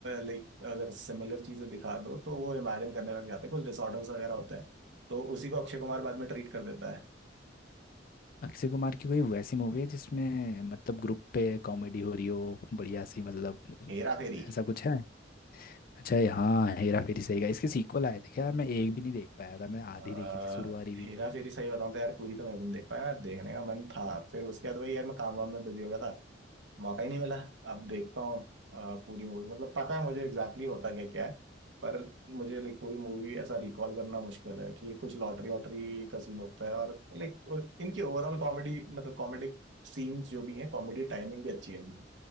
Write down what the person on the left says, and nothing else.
अक्षय कुमार की कोई वैसी मूवी है जिसमें मतलब ग्रुप पे कॉमेडी हो रही हो बढ़िया सी मतलब
ऐसा कुछ है अच्छा ये हाँ हेरा फेरी सही का इसके सीक्वल आए थे क्या यार मैं एक भी नहीं देख पाया था मैं आधी
देखी थी शुरुआरी
भी